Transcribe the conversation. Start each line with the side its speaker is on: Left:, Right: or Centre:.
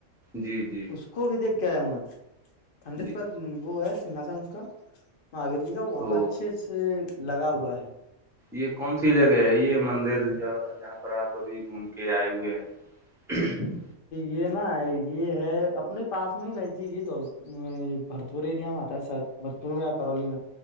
Centre: جی جی
Left: اس کو بھی دیکھ کے آیا ہوں میں کنڈت
Centre: جی
Left: پر وہ ہے سگھاسن اس کا ہاں اویر جی کا وہاں
Centre: تو
Left: پہ اچھے سے لگا ہوا ہے
Centre: یہ کون سی جگہ ہے یہ مندر جہاں پر آپ ابھی گھوم کے آئے ہوئے ہیں <inaudible>
Left: یہ نا یہ ہے اپنے پاس میں ہی نہیں تھی یہ دول بھرتپور ایریا میں آتا ہے شاید بھجپور میں یا کرولی میں